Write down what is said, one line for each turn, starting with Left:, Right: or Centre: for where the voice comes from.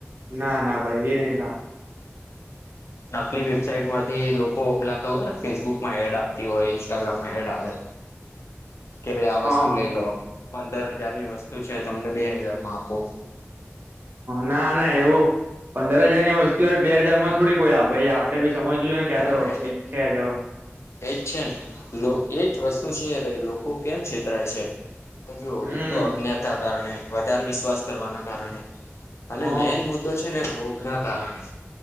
Right: ના ના ભાઈ એ નહી સાંભળ.
Left: નકલી વેબસાાઈટ માંથી લોકો ઓખલા ખબર ફેસબુક માં એડ આવતી હોય ઇન્સ્ટાગ્રામમાં એડતી હવે કે ભાઈ આ
Right: હા
Left: વસ્તુ લઈ લો પંદર હજાર ની વસ્તુ છે તમને બે હજાર માં આપો.
Right: ના ના એવું પંદર હજાર ની વસ્તુ બે હાજાર માં થોડી કોઈ આ ભાઈ આપડે બી સમજવું જોઈએ ક્યાં
Left: એટલે
Right: જો કઈક છેયા જો.
Left: એજ છે ને એજ વસ્તુ છે ભાઈ લોકો કેમ છેતરાય છે. જો
Right: હમ
Left: એક તો અજ્ઞાતા કારણે વધારે વિશ્વાસ કરવાના કારણે અને
Right: હ
Left: મેન મુદ્દો છે ને લોભ ના કારણે.